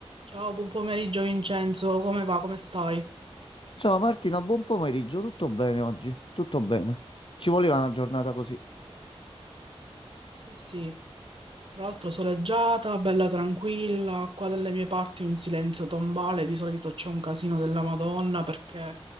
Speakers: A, on the right; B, on the left.
A: Ciao, buon pomeriggio Vincenzo, come va? Come stai?
B: Ciao Martina, buon pomeriggio, tutto bene oggi? Tutto bene. Ci voleva una giornata così.
A: Sì, sì, tra l'altro soleggiata, bella tranquilla, qua dalle mie parti un silenzio tombale, di solito c'è un casino della Madonna perché